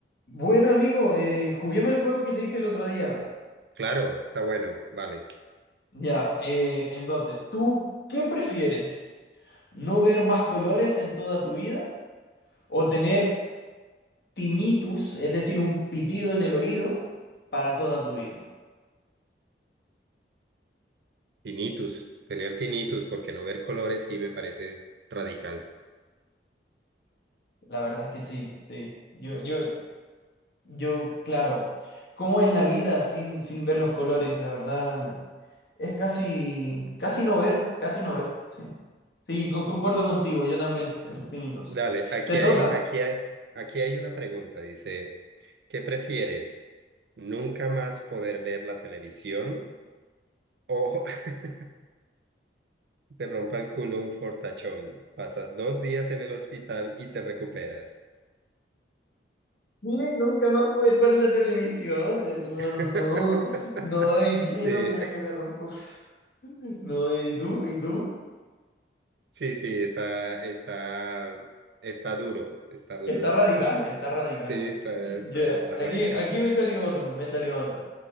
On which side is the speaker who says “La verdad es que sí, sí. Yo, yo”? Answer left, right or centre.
Left